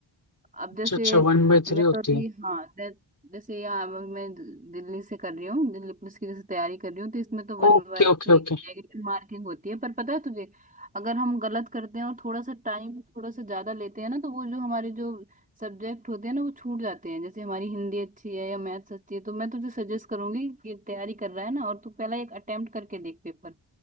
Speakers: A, on the right (about 15°); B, on the left (about 35°).
A: अब
B: अच्छा
A: जैसे
B: अच्छा वन बाई
A: मैं
B: थ्री होती
A: तो अभी
B: है
A: हाँ जै- जैसे यहाँ अब मैं दिल्ली से कर रही हूँ दिल्ली पुलिस की जैसे तैयारी कर रही हूँ तो इसमें तो one
B: Okay
A: by
B: okay
A: three
B: okay
A: negative marking होती है पर पता है तुझे अगर हम गलत करते हैं और थोड़ा सा टाइम थोड़ा सा ज्यादा लेते हैं ना तो वो जो हमारे जो सब्जेक्ट होते हैं ना वो छूट जाते हैं जैसे हमारी हिंदी अच्छी है या मैथ्स अच्छी है तो मैं तुझे सजेस्ट करूंगी कि तैयारी कर रहा है ना और तू पहला एक अटेम्प्ट करके देख पेपर